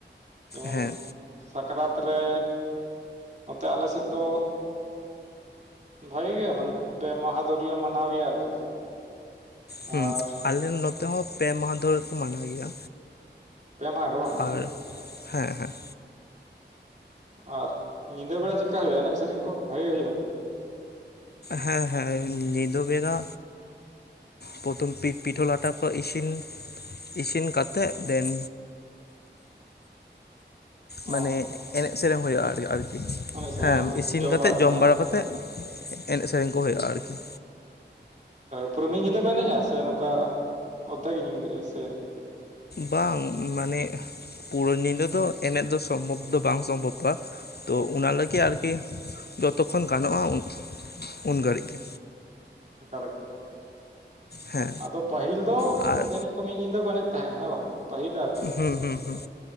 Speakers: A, on the right; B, on the left.
A: ᱡᱮᱢᱚᱱ
B: ᱦᱮᱸ
A: ᱥᱟᱠᱨᱟᱛ ᱨᱮ ᱱᱚᱛᱮ ᱟᱞᱮᱥᱮᱫ ᱫᱚᱼᱼ ᱵᱷᱟᱜᱤ ᱜᱮ ᱢᱟᱱᱮ ᱯᱮ ᱢᱟᱦᱟ ᱫᱷᱩᱨ ᱞᱮ ᱢᱟᱱᱟᱣ ᱜᱮᱭᱟ ᱟᱨᱠᱤ᱾
B: ᱦᱩᱸ
A: ᱟᱨ
B: ᱟᱞᱮ ᱱᱚᱛᱮ ᱦᱚᱸ ᱯᱮ ᱢᱟᱦᱟ ᱫᱷᱚᱨᱮ ᱠᱚ ᱢᱟᱱᱟᱣ ᱜᱮᱭᱟ,
A: ᱯᱮ ᱢᱟᱦᱟ ᱜᱮ ᱵᱟᱝ?
B: ᱟᱨ ᱦᱮᱸ-ᱦᱮᱸ
A: ᱟᱨ ᱧᱤᱫᱟᱹ ᱵᱮᱲᱟ ᱪᱮᱫᱠᱟ ᱦᱩᱭᱩᱜ-ᱟ ᱮᱱᱮᱡ ᱥᱮᱨᱮᱧ ᱠᱚ ᱵᱷᱟᱜᱮ ᱦᱩᱭᱩᱜ-ᱟ?
B: ᱦᱮᱸ ᱦᱮᱸ ᱧᱤᱫᱟᱹ ᱵᱮᱲᱟᱼᱼ ᱯᱨᱚᱛᱷᱚᱢ ᱯᱤᱴᱷᱟᱹ ᱞᱟᱴᱷᱟ ᱠᱚ ᱤᱥᱤᱱᱼᱼ ᱤᱥᱤᱱ ᱠᱟᱛᱮᱫ ᱫᱮᱱ,
A: ᱚᱸ
B: ᱢᱟᱱᱮ ᱮᱱᱮᱡ ᱥᱮᱨᱮᱧ ᱦᱩᱭᱩᱜ-ᱟ ᱟᱨᱠᱤ,
A: ᱥᱮᱨᱮᱧ
B: ᱦᱮᱸ
A: ᱵᱟᱝ
B: ᱤᱥᱤᱱ ᱠᱟᱛᱮᱫ
A: ᱠᱟᱛᱮ
B: ᱡᱚᱢ
A: ᱵᱟᱝ
B: ᱵᱟᱲᱟ ᱠᱟᱛᱮᱫ, ᱮᱱᱮᱡ ᱥᱮᱨᱮᱧ ᱠᱚ ᱦᱩᱭᱩᱜ-ᱟ ᱟᱨᱠᱤᱼᱼ
A: ᱯᱩᱨᱟᱹ ᱢᱤᱫ ᱧᱤᱫᱟᱹ ᱠᱚ ᱮᱱᱮᱡ-ᱟ ᱥᱮ ᱱᱚᱝᱠᱟ ᱚᱫᱷᱮᱠ ᱧᱤᱫᱟᱹ ᱥᱮᱼᱼ
B: ᱵᱟᱝ ᱢᱟᱱᱮ ᱯᱩᱨᱟᱹ ᱧᱤᱫᱟᱹ ᱫᱚ ᱮᱱᱮᱡ ᱫᱚ ᱥᱚᱢᱵᱷᱚᱵᱽ ᱫᱚ ᱵᱟᱝ ᱥᱚᱢᱵᱷᱚᱯ-ᱟ, ᱛᱚ ᱚᱱᱟ ᱞᱟᱹᱜᱤᱫ ᱟᱨᱠᱤ ᱡᱚᱛᱚᱠᱷᱚᱱ ᱜᱟᱱᱚᱜ-ᱟ ᱩᱱ ᱜᱷᱟᱹᱲᱤᱡ ᱜᱮ,
A: ᱪᱮᱠᱟ ᱞᱮᱠᱟᱼᱼ
B: ᱦᱮᱸ
A: ᱟᱫᱚ ᱯᱟᱹᱦᱤᱞ ᱫᱚ
B: ᱟᱨ
A: ᱡᱟᱹᱱᱤᱡ ᱠᱚ ᱢᱤᱫ ᱧᱤᱫᱟᱹ ᱠᱚ ᱮᱱᱮᱡ ᱛᱟᱦᱮᱸᱜ ᱦᱮᱸ ᱵᱟᱝ? ᱯᱟᱹᱦᱤᱞ ᱟᱨᱠᱤ
B: ᱦᱩᱸ-ᱦᱩᱸ-ᱦᱩᱸ